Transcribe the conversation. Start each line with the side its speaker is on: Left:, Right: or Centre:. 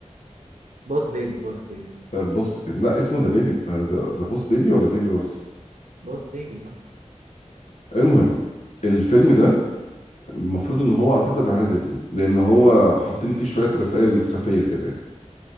Right: بوس بيبي بوس بيبي
Left: آه، بوس لا اسمه ذا بيبي ذا بوس بيبي ولا بيبي بوس
Right: بوس بيبي اه
Left: المهم الفيلم ده المفروض ان هو اعتقد عمل ديزني لان هو حاطين فيه شويه رسائل خفيه كده يعني.